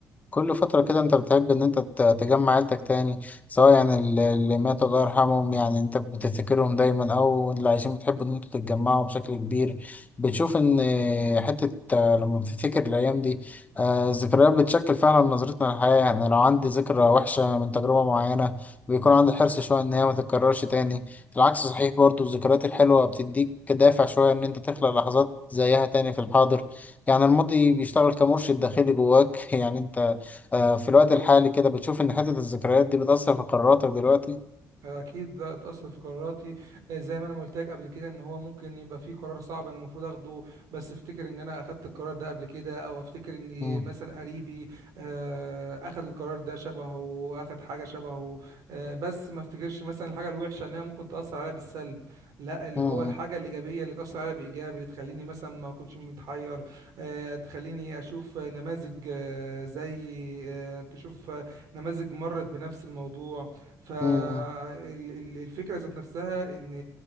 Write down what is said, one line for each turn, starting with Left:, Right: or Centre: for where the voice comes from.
Left: كل فترة كده انت بتحب ان انت ت- تجمع عيلتك تاني سواء يعني ال- اللي ماتوا الله يرحمهم يعني انت بتفتكرهم دايما او اللي عايشين بتحب ان انتوا تتجمعوا بشكل كبير بتشوف ان حتة آه، لما بتفتكر الايام دي آه، الذكريات بتشكل فعلا نظرتنا للحياة يعني لو عندي ذكرى وحشة من تجربة معينة بيكون عندي حرص شوية ان هي ما تتكررش تاني العكس صحيح برضو الذكريات الحلوة بتديك دافع شوية ان انت تخلق لحظات زيها تاني في الحاضر يعني الماضي بيشتغل كمرشد داخلي جواك <laughs> يعني انت آه، في الوقت الحالي كده بتشوف إن حتة الذكريات دي بتأثر في قراراتك دلوقتي؟
Right: اكيد لا اتاثر في قراراتي آه، زي ما انا ما قلت لك قبل كده ان هو ممكن يبقى في قرار صعب انا المفروض اخده بس افتكر ان انا اخدت القرار ده قبل كده او افتكر ان
Left: مم.
Right: مثلا قريبي آه، اخد القرار ده شبهه اخد حاجه شبهه آه، بس ما افتكرش مثلا الحاجه الوحشه انها ممكن تاثر عليا بالسلب لا اللي
Left: مم.
Right: هو الحاجه الايجابيه اللي تاثر عليا بايجابي اللي تخليني مثلا ما اكونش متحير آه، تخليني اشوف نماذج آه، زي آه، تشوف آه، نماذج مرت بنفس الموضوع فالفكرة
Left: مم.
Right: ذات نفسها ان